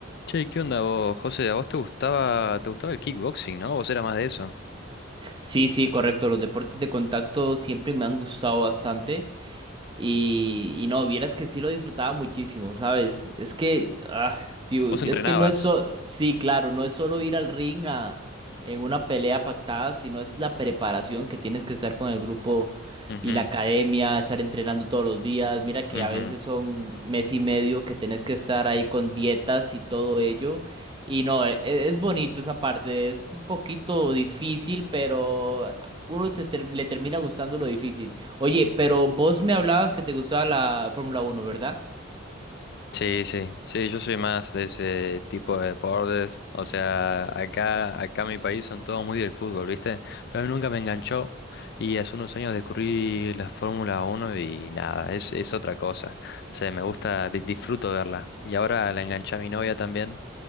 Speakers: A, on the left (about 55°); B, on the right (about 25°).
A: Che, ¿qué onda vos, José? ¿A vos te gustaba, te gustaba el kickboxing, ¿no? ¿Vos era más de eso?
B: Sí, sí, correcto. Los deportes de contacto siempre me han gustado bastante. Y, y no, vieras que sí lo disfrutaba muchísimo, ¿sabes? Es que, ah, sí, u-
A: ¿Vos entrenabas?
B: es que no es solo, sí, claro, no es solo ir al ring a, en una pelea pactada, sino es la preparación que tienes que estar con el grupo
A: Ujú,
B: y la academia, estar entrenando todos los días. Mira que
A: ujú.
B: a veces son mes y medio que tenés que estar ahí con dietas y todo ello. Y no, e- e- es, bonito esa parte, es un poquito difícil, pero uno se ter- le termina gustando lo difícil. Oye, pero vos me hablabas que te gustaba la Fórmula uno ¿verdad?
A: Sí, sí, sí, yo soy más de ese tipo de deportes. O sea, acá, acá en mi país son todos muy del fútbol, ¿viste? Pero a mí nunca me enganchó y hace unos años descubrí la Fórmula uno y nada, es, es otra cosa. O sea, me gusta, di- disfruto verla. Y ahora la enganché a mi novia también.